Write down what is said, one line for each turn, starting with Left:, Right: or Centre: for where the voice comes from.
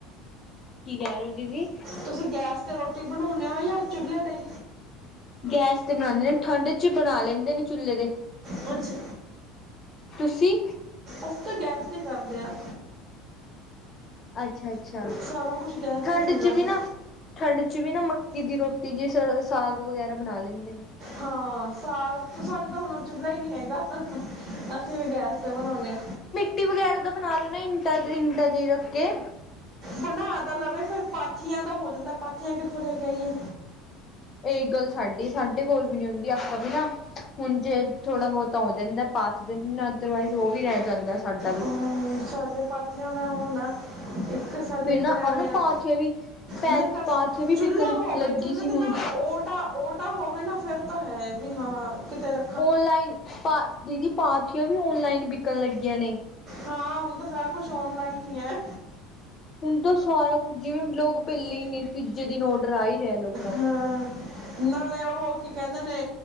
Left: ਕੀ ਕਹ ਰਹੇ ਹੋ, ਦੀਦੀ?
Right: ਤੁਸੀਂ ਗੈਸ ਤੇ ਰੋਟੀ ਬਣਾਂਉਨੇ ਓ, ਯਾ ਚੁੱਲੇ ਤੇ?
Left: ਗੈਸ ਤੇ ਬਣਾਨੇ ਆ, ਠੰਡ'ਚ ਬਣਾ ਲੈਂਦੇ ਨੇ, ਚੁੱਲੇ ਤੇ।
Right: ਕੁਛ
Left: ਤੁਸੀ?
Right: ਅਸੀਂ ਤਾ ਗੈਸ ਤੇ ਕਰਦੇਂ ਹਾਂ।
Left: ਅੱਛਾ-ਅੱਛਾ,
Right: ਸਾਰਾ ਕੁਛ ਗੈਸ
Left: ਠੰਡ'ਚ
Right: ਤੇ ਹੀ ਹੁੰਦਾ ਸਰ
Left: ਵੀ ਨਾਂ ਠੰਡ'ਚ ਵੀ ਨਾ ਮੱਕੀ ਦੀ ਰੋਟੀ, ਜੇ ਸਾਗ ਵਗ਼ੈਰਾ ਬਣਾਂ ਲੈਂਦੇ ਨੇ।
Right: ਹਾਂ, ਸਾਗ ਸਾਡੇ ਤਾਂ ਹੁਣ ਓ ਚੁਲਾ ਹੀ ਨਹੀਂ ਹੈਗਾ। ਅਸੀਂ ਗੈਸ ਤੇ ਬਣਾਉਂਦੇ ਆ।
Left: ਰੁਟੀ ਵਗੈਰਾ ਦਾ ਬਣਾ ਲੈ ਨਾ ਇੰਟਾ'ਚ, ਇੰਟਾਚ ਰੱਖਕੇ।
Right: ਬਣਾ ਤਾ ਲਵੇ, ਫਿਰ ਪਾਥੀਆਂ ਦਾ ਹੋ ਜਾਂਦਾ, ਪਾਥੀਆਂ ਕਿੱਥੋਂ ਲੈਕੇ ਆਈਏ?
Left: ਇਹੀ ਗੱਲ ਸਾਡੀ ਏ, ਸਾਡੇ ਕੋਲ ਵੀ ਨੀ ਹੁੰਦੀ, ਆਪਾਂ ਵੀ ਨਾ ਹੁਣ ਜੇ ਥੋੜ੍ਹਾ-ਬਹੁਤਾ ਹੋ ਜਾਂਦਾ, ਪਾਠ ਦੇ ਦਿਨ ਨਾ ਅਦਰਵਾਈਜ਼ ਉਹ ਵੀ ਰਹਿ ਜਾਂਦਾ ਸਾਡਾ ਵੀ।
Right: ਹਮ, ਸਾਡੇ ਪਾਥੀਆਂ ਦਾ ਹੋਣਾ ਇੱਕ ਸਾਡੇ
Left: ਫਿਰ ਨਾ
Right: ਘਰ ਐਂਵੇ
Left: ਉਹ ਨਾ
Right: ਆ,
Left: ਪਾਥੀਆਂ ਵੀ ਪੈ
Right: ਨਈ ਦਸ
Left: ਪਾਥੀਆਂ ਵੀ
Right: ਚੁੱਲਾ
Left: ਵਿਕਣ
Right: ਹੋਵੇ,
Left: ਲੱਗੀ
Right: ਚੁੱਲੇ
Left: ਸੀ
Right: ਦੇ
Left: ਹੁਣ
Right: ਨਾਲ ਓਟ ਆ, ਓਟ ਤਾਂ ਹੋਵੇ ਨਾ ਫੇਰ ਤਾਂ ਹੈ, ਵੀ ਹਾਂ, ਕਿਤੇ ਰ
Left: ਓਨਲਾਈਨ ਪਾ ਦੀਦੀ, ਪਾਥੀਆਂ ਵੀ ਓਨਲਾਈਨ ਬਿਕਣ ਲੱਗੀਆਂ ਨੇ।
Right: ਹਾਂ, ਹੁਣ ਤਾਂ ਸਾਰਾ ਕੁਛ ਔਨਲਾਈਨ ਹੀ ਹੈ।
Left: ਤੋ ਸਾਰਾ ਕੁੱਝ ਜਿਵੇਂ ਲੋਗ ਬੇੱਲੇ ਹੀ ਨੇ, ਤੀਜੇ ਦਿਨ ਔਡਰ ਆ ਹੀ ਰਿਹਾ। ਲੋਕਾਂ ਦਾ
Right: ਹਾਂ, ਨਾਲੇ ਉਹ‌ ਕੀ ਕਹਿੰਦੇ ਨੇ